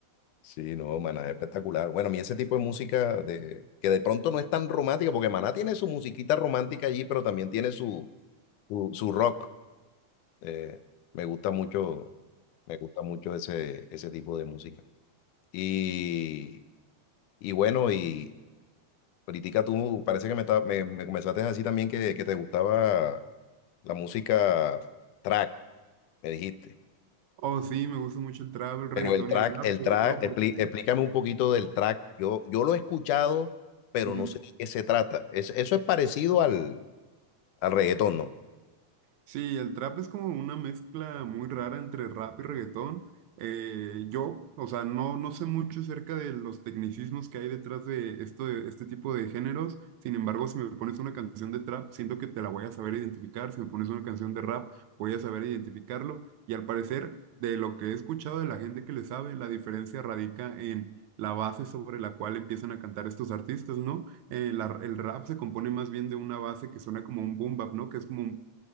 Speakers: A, on the left; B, on the right.
A: Sí, no, Maná es espectacular. Bueno, a mí ese tipo de música de, que de pronto no es tan romántica, porque Maná tiene su musiquita romántica allí, pero también tiene su, su, su rock. Eh, me gusta mucho, me gusta mucho ese, ese tipo de música. Y... Y bueno, y, Ahorita tú parece que me, está- me, me comenzaste a decir también que, que te gustaba la música track, me dijiste.
B: Oh, sí, me gusta mucho el trap, el reggaetón
A: Pero el track,
B: y el rap,
A: el
B: sobre
A: track,
B: todo
A: expli-
B: porque...
A: explícame un poquito del track. Yo, yo lo he escuchado, pero
B: ujú.
A: no sé de qué se trata. Es- eso es parecido al, al reggaetón, ¿no?
B: Sí, el trap es como una mezcla muy rara entre rap y reggaetón. Eh, yo, o sea, no, no sé mucho acerca de los tecnicismos que hay detrás de, esto, de este tipo de géneros. Sin embargo, si me pones una canción de trap, siento que te la voy a saber identificar. Si me pones una canción de rap, voy a saber identificarlo. Y al parecer, de lo que he escuchado de la gente que le sabe, la diferencia radica en la base sobre la cual empiezan a cantar estos artistas, ¿no? Eh, la- el rap se compone más bien de una base que suena como un boom bap, ¿no? Que es como un